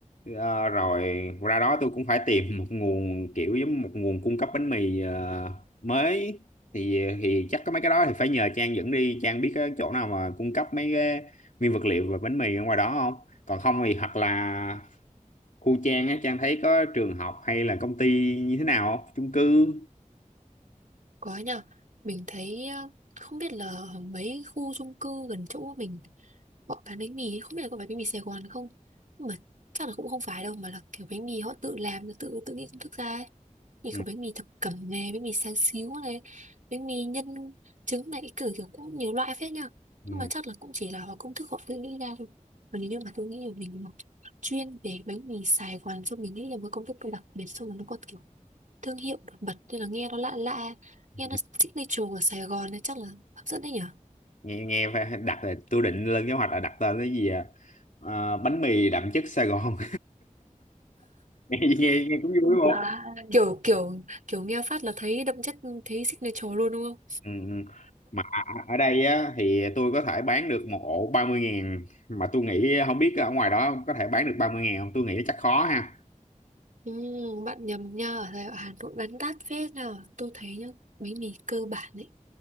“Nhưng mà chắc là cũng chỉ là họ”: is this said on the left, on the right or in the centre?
Right